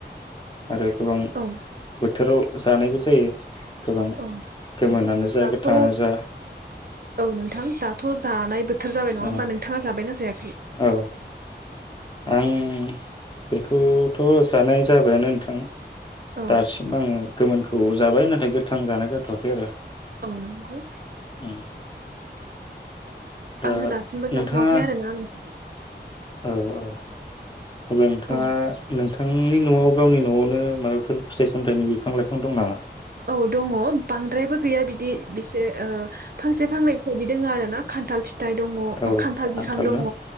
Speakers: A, on the left; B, on the right.
A: आरो गोबां
B: औ
A: बोथोराव जानायबो जायो गोबां
B: औ
A: गोमोनानो
B: नंगौ
A: जा
B: दाथ'
A: गोथाङानो जा
B: औ नोंथां दाथ' जानाय बो थोर जाबाय नङा
A: औ
B: होमबा नोंथाङा जाबायना जायाखै
A: औ आं बेखौथ' जानाय जाबायानो नोंथां
B: औ
A: दासिम आङो गोमोनखौ औ जाबाय नाथाय गोथां जानाय जाथ'वाखै आरो
B: औ नंगौ
A: उम दा
B: आङो दासिमबो जाथ'वाखै
A: नोंथाङा
B: आरोना नोंहां
A: औ औ अब्ला नोंथाङा
B: बुं
A: नों नोंथांनि न'आव गावनि न'आवनो माबाफोर फिथाइ सामथायाइनि बिफां लाइफां दं नामा
B: औ दङ बांद्रायबो गैया बिदि बिसे ओ फांसे फांनै बेफोरबायदि दोङ आरो ना खान्थाल फि फिथाइ दङ
A: औ
B: खान्थाल बिफां दङ
A: ना